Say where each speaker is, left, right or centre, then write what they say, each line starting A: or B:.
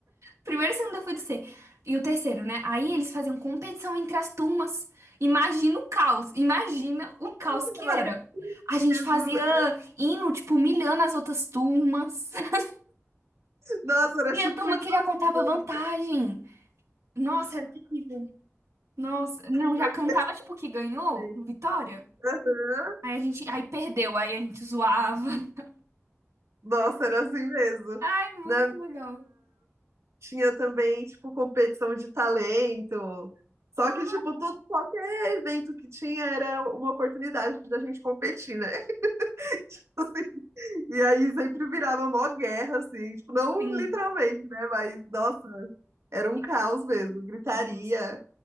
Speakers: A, on the right; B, on the right.
A: Primeiro e segunda foi do C. E o terceiro, né? Aí eles faziam competição entre as turmas. Imagina o caos. Imagina o caos
B: Era
A: que era.
B: tipo isso.
A: A gente fazia hino, tipo, humilhando as outras turmas. <laughs>
B: Nossa, era
A: Tinha
B: tipo
A: turma
B: isso
A: que já contava
B: mesmo.
A: vantagem. Nossa, era terrível. Nossa, não,
B: na
A: já cantava,
B: minha
A: tipo, que ganhou,
B: frente.
A: vitória.
B: Aham.
A: Aí a gente, aí perdeu, aí a gente zoava. <laughs>
B: Nossa, era assim mesmo.
A: Ai, muito
B: Na
A: legal.
B: tinha também, tipo, competição de talento. Só
A: Ah,
B: que, tipo, tudo, qualquer evento que tinha era uma oportunidade da gente competir, né? <laughs> Assim, e aí sempre virava mó guerra, assim, tipo, não
A: sim,
B: literalmente, né? Mas, nossa, Era um
A: sim.
B: caos mesmo, gritaria,
A: Justo.